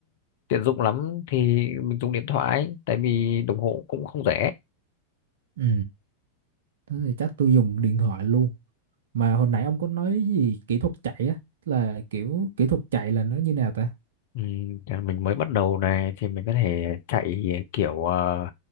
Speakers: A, on the left (about 50°); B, on the right (about 60°).
A: tiện dụng lắm thì mình dùng điện thoại tại vì đồng hồ cũng không rẻ
B: ừ thế thì chắc tôi dùng điện thoại luôn mà hồi nãy ông có nói gì kỹ thuật chạy á là kiểu kỹ thuật chạy là nó như nào ta
A: Ừ, để mình mới bắt đầu này thì mình có thể chạy kiểu ờ,